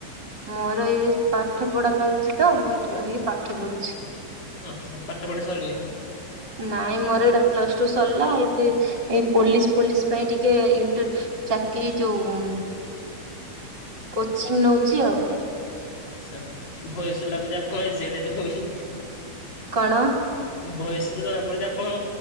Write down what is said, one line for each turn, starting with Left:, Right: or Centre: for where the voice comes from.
Right: ମୋର ଏ ପାଠ ପଢା ଚାଲିଛି ତ ମୁଁ ଏଠି ରହିକି ପାଠ ପଢୁଛି।
Left: ଆଚ୍ଛା ପାଠ ପଡା ସରିିନି?
Right: ନାଇଁ ମୋର ଏଇଟା ପ୍ଲସ ଟୁ ସରିଲା ଏଠି ଏ ପୋଲିସ ପୋଲିସ ପାଇଁ ଟିକେ ଇଣ୍ଟର ଚାକିରୀ ଯୋଉ କୋଚିଂ ନଉଚି ଆଉ।
Left: ଆଛା। ଭଏସ ଲାଗୁଛି ଆପଣ ଏଜେଡେ ବୋଲି।
Right: କଣ?
Left: ଭଏସେରୁ ଜଣା ପଡୁଛି ଆପଣ